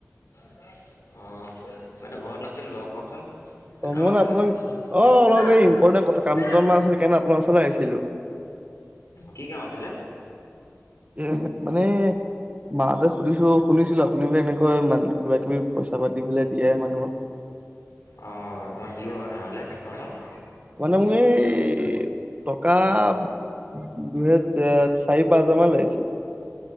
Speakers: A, on the left; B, on the right.
A: এতিয়া ঘৰত নাছিলোঁ বাৰু, কওঁকচোন।
B: অ'
A: কাম
B: মই মানে
A: আছিল
B: আপোনাক
A: নেকি?
B: অ' অলপ
A: ওলাও
B: এই ইম্পৰ্টেণ্ট কথা
A: ওলাও
B: কাম দুটামান আছিল সেইকাৰণে আপোনাৰ ওচৰলৈ আহিছিলো।
A: কি কাম আছিলে?
B: এই মানে। মাহঁতে সুধিছো শুনিছিলো আপুনি বোলে এনেকৈ কিবা কিবি পইচা পাতি বোলে দিয়ে মানুহক
A: আহ তোমাক দিও আৰু ধাৰলে কোৱাচোন
B: মানে মোৰ এই টকাৰ দুহেজাৰ চাৰি পাঁ হাজাৰ মান লাগিছিল